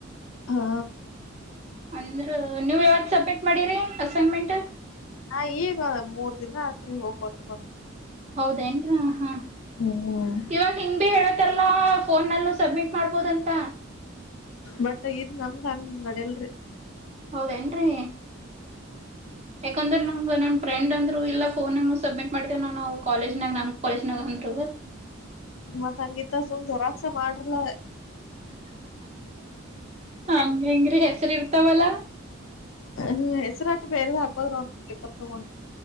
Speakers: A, on the left (about 75°); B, on the right (about 35°).
A: ಹಾ
B: ಅಂದ್ರ ನೀವ ಯಾವತ್ ಸಬ್ಮಿಟ್ ಮಾಡಿರಿ ಅಸೈನ್ಮೆಂಟ್
A: ಹಾ ಈಗ ಮೂರ್ ದಿನ ಅತ್ರಿ ಹೋಗ್ಕೊಟ್ಟು ಬಂದ
B: ಹೌದೇನ್ರ ಹ
A: ಹ್ಮ್
B: ಇವಾಗ ನಿಂಗ್ ಭ ಹೇಳತಾರಲ್ಲಾ ಫೋನ್ಲ್ಲೂ ಸಬ್ಮಿಟ್ ಮಾಡ್ಬೋದ ಅಂತ
A: ಬಟ್ ಇದ್ ನಮ್ದ್ ಹಂಗ ನಡಲ್ರಿ
B: ಹೌದ ಏನ್ ರಿ ಯಾಕಂದ್ರ ನಮ್ ನ ಫ್ರೆ್ಂದ್ರು ಇಲ್ಲ ಫೋನ ನ ಸಬ್ಮಿಟ್ ಮಾಡ್ೇವ ನವು ಕಾಲೇಜ್ನ ನಮ ಕಾಲೇಜ್ ಗ ಅಂದ್ರೂ
A: ಮತ್ತ್ ಹಂಗಿತ್ತ ಸುಮ್ ಜರಾಕ್ಸ ಮಾಡ್ರಲ
B: ಹಂಗ ಹೆಂಗ್ರೀ ಹೆಸರಿ ಇರ್ತಾವಲ್ಲ
A: ಹೂ ಹೆಸರುಾಟ್ಟು ಬೇರೆ ಹಾಕೋದ್ರು ಪೇಪರ್ ತಗೊಂಡು